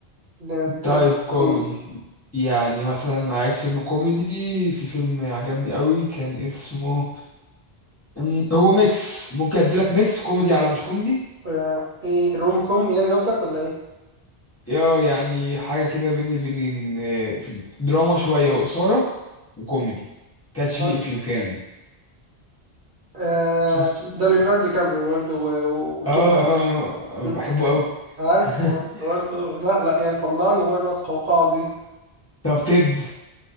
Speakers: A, on the right; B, on the left.
A: لا، تحب
B: تايب كوميدي
A: كوميدي
B: يعني مثلا عايز فيلم كوميدي في فيلم عجبني قوي كان اسمه أم، هو ميكس ممكن ادي لك ميكس كوميدي على مش كوميدي
A: آه ايه روم كوم يعني قصدك ولا ايه
B: اه يعني حاجه كده بين البنين آه، في دراما شويه واثاره وكوميدي كاتش
A: طيب.
B: مي اف يو كان
A: آه
B: شفته
A: ده ليوناردو دي كابريو برضه و- و- وتوم
B: اه
A: هانكس
B: اه أنا
A: انت
B: بحبه قوي
A: عارف
B: <laughs>
A: هو برضه لا لا يعني طلعني بره القوقعة دي
B: طب تيد